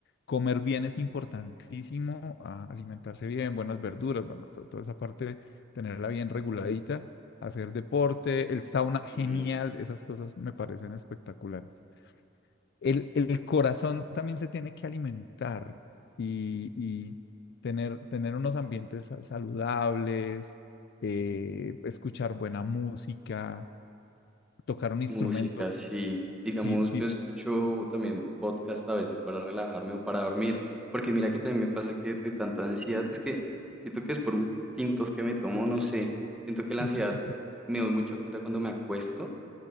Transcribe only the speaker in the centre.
Y
música, sí. Digamos,
yo escucho también podcast a veces para relajarme o para dormir, porque mira que también me pasa que de tanta ansiedad, es que siento que es por un tintos que me tomo, no sé, siento que la
ansiedad me doy mucho cuenta cuando me acuesto